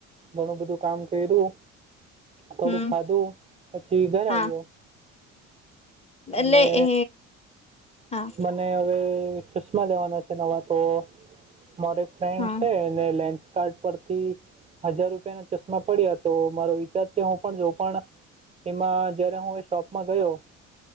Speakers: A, on the right; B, on the left.
A: ઘણું બધું કામ કર્યું. થોડુંક
B: હમ
A: ખાધું પછી ઘર
B: હા
A: આવ્યો.
B: એટલે
A: અને
B: એ હા
A: મને હવે. ચશ્મા લેવાના છે નવા તો મારો એક ફ્રેન્ડ
B: હા
A: છે ને લેશ કાર્ડ પરથી હજાર રૂપિયાના ચશ્મા પડ્યા તો મારો વિચાર છે હું પણ જો પણ. એમાં જયારે હું એ શોપમાં ગયો.